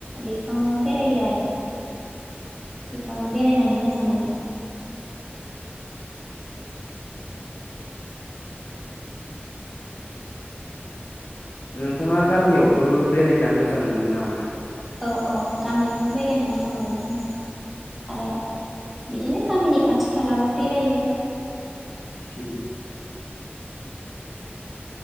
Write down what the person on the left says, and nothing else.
नोंथाङा गामियावबो बेरायना मोजां मोनो नामा?
उम